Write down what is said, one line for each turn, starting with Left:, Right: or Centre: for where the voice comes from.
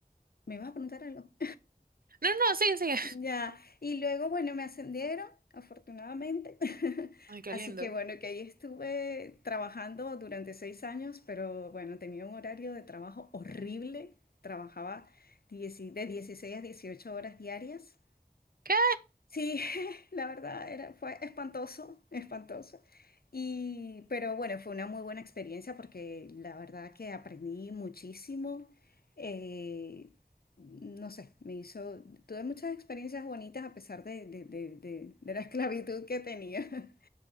Left: ¿me vas a preguntar algo?
Right: No, no, sigue, sigue.
Left: Ya, y luego, bueno, me ascendieron, afortunadamente. <laughs>
Right: Ay, qué
Left: Así
Right: lindo.
Left: que bueno, que ahí estuve trabajando durante seis años, pero bueno, tenía un horario de trabajo horrible. Trabajaba dieci- de 16 a 18 horas diarias.
Right: ¿Qué?
Left: Sí, <laughs> la verdad era, fue espantoso, espantoso. Y, pero bueno, fue una muy buena experiencia porque la verdad que aprendí muchísimo. Eh, no sé, me hizo, tuve muchas experiencias bonitas a pesar de, de- de- de- de la <laughs> esclavitud que tenía. <laughs>